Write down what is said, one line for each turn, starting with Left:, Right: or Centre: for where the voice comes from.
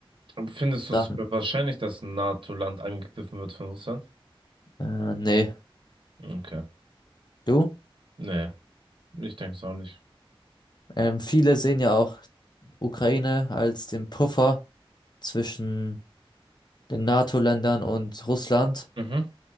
Right: Und Findest du
Left: Dann,
Right: es für wahrscheinlich, dass ein NATO-Land angegriffen wird von Russland?
Left: äh, nee,
Right: Okay.
Left: du?
Right: Nee, ich denke es auch nicht.
Left: Ähm, viele sehen ja auch Ukraine als den Puffer zwischen den NATO-Ländern und Russland.
Right: Mhm.